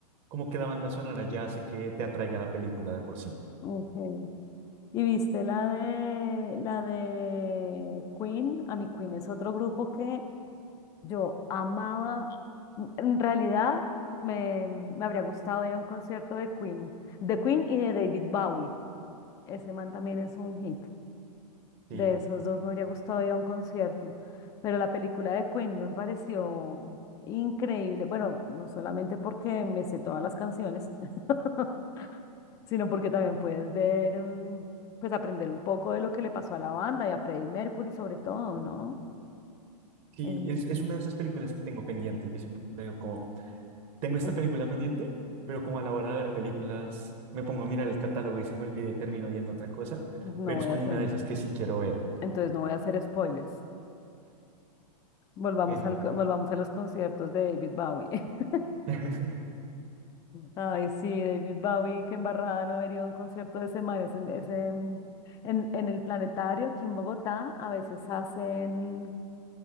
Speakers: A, on the right (about 25°); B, on the left (about 15°).
A: como que la banda sonora ya hace que te atraiga la película de por sí.
B: Ok. ¿Y viste la de la de Queen? A mi Queen es otro grupo que yo amaba. En realidad me, me habría gustado ir a un concierto de Queen, de Queen y de David Bowie. Ese man también es un hit.
A: Sí.
B: De esos dos me habría gustado ir a un concierto, pero la película de Queen me pareció increíble. Bueno, no solamente porque me sé todas las canciones, <laughs> sino porque también puedes ver, mm, pues aprender un poco de lo que le pasó a la banda y a Freddie Mercury sobre todo, ¿no?
A: Sí,
B: Eh,
A: es, es una de esas películas que tengo pendiente. Yo siempre digo como, tengo esta
B: en-
A: película pendiente, pero como a la hora de ver películas me pongo a mirar el catálogo y se me olvida y termino viendo otra cosa,
B: no
A: pero
B: voy
A: es como
B: a hacer,
A: una de esas que sí quiero ver,
B: entonces no voy a hacer spoilers. Volvamos
A: mejor.
B: al, co- volvamos a los conciertos de David Bowie. <laughs>
A: <laughs>
B: Ay, sí, David Bowie, qué embarrada no haber ido a un concierto de ese man. Ese, ese, mm, en, en el Planetario, aquí en Bogotá, a veces hacen,